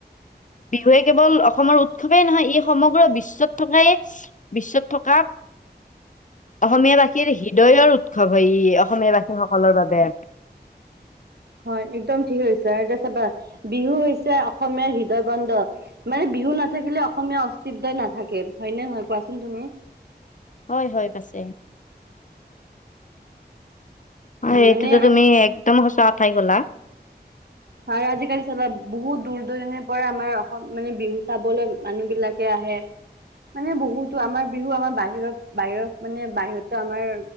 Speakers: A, on the left; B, on the right.
A: বিহুৱে কেৱল অসমৰ উৎসৱেই নহয় ই সমগ্ৰ বিশ্বত থকাই, বিশ্বত থকা <inaudible> অসমীয়াবাসীৰ হৃদয়ৰ উৎসৱ হয় ই, অসমীয়াবাসীসকলৰ বাবে।
B: হয়, একদম ঠিক কৈছা আৰু এতিয়া চাবা বিহু হৈছে অসমীয়াৰ হৃদয় বন্দ, মানে বিহু নাথাকিলে অসমীয়া অস্তিত্বই নাথাকে। হয় নে নহয়, কোৱাচোন তুমি?
A: হয় হয়, পাছে। অ',
B: হয়
A: এইটোতো
B: মানে
A: তুমি একদম সঁচা কথাই কলা।
B: আৰু আজিকালি চাবা, বহু দূৰ-দূৰণিৰ পৰা আমাৰ অসম মানে বিহু চাবলৈ মানুহ বিলাক কে আহে। মানে বহুতো, আমাৰ বিহু আমাৰ বাহিৰত বাহিৰত মানে বাহিৰতো আমাৰ